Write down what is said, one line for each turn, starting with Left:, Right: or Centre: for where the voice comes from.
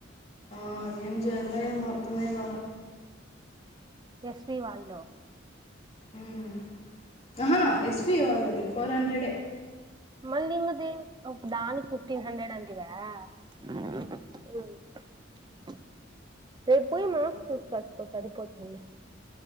Left: ఆ ఏం చేయాలో ఏమో మొత్తమే గోల
Right: యస్వీ వాళ్ళు
Left: హ్మ్ ఆహ ఎస్వి వాళ్ళది ఫోర్ హండ్ వీడే
Right: మళ్ళీ ఇంక దేనికి దానికిి ఫిఫ్టీన్ హండ్రెడ్ అంటివా ఊ ఉ ఉ <inaudible> రేపు పోయి
Left: చేయాల
Right: మార్క్స్ చూసుకచ్చుకో సరిపోతుంది